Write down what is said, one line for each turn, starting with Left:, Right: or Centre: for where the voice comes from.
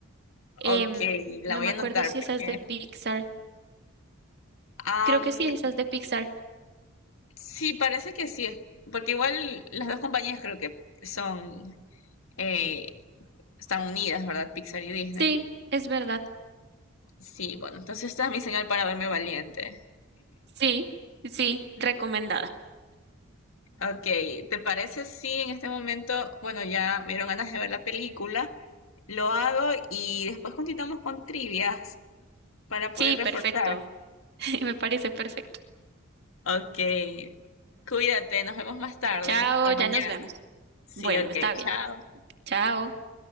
Left: Ok,
Right: Em,
Left: la
Right: no
Left: voy
Right: me
Left: a
Right: acuerdo
Left: anotar
Right: si
Left: porque...
Right: esa es de Pixar.
Left: am,
Right: Creo que sí, esa es de Pixar.
Left: sí, parece que sí. Porque igual las dos compañías creo que son... eh, Están unidas, ¿verdad? Pixar y Disney.
Right: Sí, es verdad.
Left: Sí, bueno, entonces esta es mi señal para verme valiente.
Right: Sí, sí, recomendada.
Left: Ok, ¿te parece si en este momento, bueno, ya me dieron ganas de ver la película, lo hago y después continuamos con trivias para poder
Right: Sí,
Left: reforzar?
Right: perfecto. <laughs> Me parece perfecto.
Left: Ok, cuídate, nos vemos más tarde
Right: Chao,
Left: o mañana.
Right: ya nos vemos.
Left: Sí,
Right: Bueno,
Left: ok,
Right: está bien.
Left: chao.
Right: Chao.